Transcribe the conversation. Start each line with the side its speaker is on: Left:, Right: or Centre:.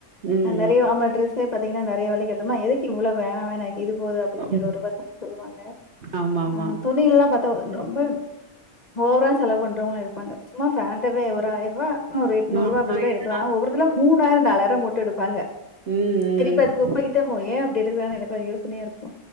Right: ம்,
Left: நா நெறைய அமா ட்ரெஸ் த் பாத்திங்கனா நெறைய வேலைகட்டுமா எதுக்கு இவ்ளோ வேணா வேணா இது போது அப்பிடிதிர
Right: ம், ம்.
Left: ஒரு பசங்க சொல்லுவாங்க
Right: ஆமாமா.
Left: ஆ துணியல்லா பாத்தா ரொம்ப ஓவரா செலவ் பண் டோர்னு இருப்பாங்க சும்மா ஃப்பேண்டவே ஒரு ஆய்ர்வா ஒரு எட்டு நூறுவா
Right: ஆமா.
Left: அப்பிடி கூட
Right: ஏன்னா
Left: எடுக்கலா ஒவ்வொருத்துலா மூனாயிர நாலாயிர போட்டு எடுப்பாங்க
Right: ம்,
Left: திருப்பி அது
Right: ம்.
Left: குப்பைக்கு போவு ஏ அப்பிடி டுவானு எனக்கு யோசனையா இருக்கு